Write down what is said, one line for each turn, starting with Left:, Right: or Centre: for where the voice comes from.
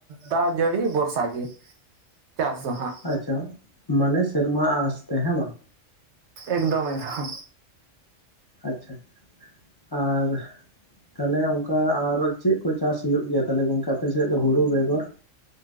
Right: ᱫᱟᱜ ᱡᱟᱹᱲᱤ ᱵᱚᱨᱥᱟ ᱜᱤ ᱪᱟᱥ ᱫᱚ ᱦᱟᱸᱜ᱾
Left: ᱟᱪᱪᱷᱟ, ᱢᱟᱱᱮ ᱥᱮᱨᱢᱟ ᱟᱥᱛᱮ ᱦᱮᱸ ᱵᱟᱝ?
Right: ᱮᱠᱫᱚᱢ, ᱮᱠᱫᱚᱢ ᱾
Left: ᱟᱪᱪᱷᱟ, ᱟᱪᱪᱷᱟ ᱟᱨ ᱛᱟᱦᱚᱞᱮ ᱚᱱᱠᱟ ᱟᱨ ᱪᱮᱫ ᱠᱚ ᱪᱟᱥ ᱦᱩᱭᱩᱜ ᱜᱮᱭᱟ, ᱛᱟᱦᱞᱮ ᱜᱚᱝᱠᱮ ᱟᱯᱮᱥᱮᱫ ᱫᱚ ᱦᱳᱲᱩ ᱵᱮᱜᱚᱨ?